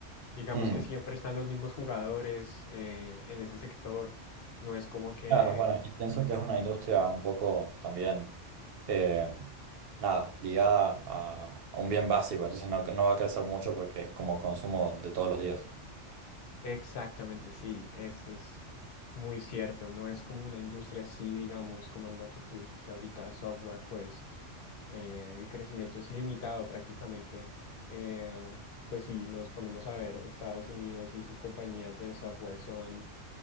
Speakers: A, on the left; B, on the right.
A: Digamos
B: Mm,
A: que siempre están los mismos jugadores eh, en ese sector, no es como que
B: claro, bueno, y pienso que es una industria un poco también, eh, nada, ligada a, a un bien básico, entonces no, no va a crecer mucho porque es como consumo de todos los días.
A: Exactamente, sí, eso es muy cierto. No es como una industria así, digamos, como lo que tú dijiste ahorita, software, pues eh, el crecimiento es ilimitado prácticamente. Eh, pues sí, nos ponemos a ver, Estados Unidos y sus compañías de software son,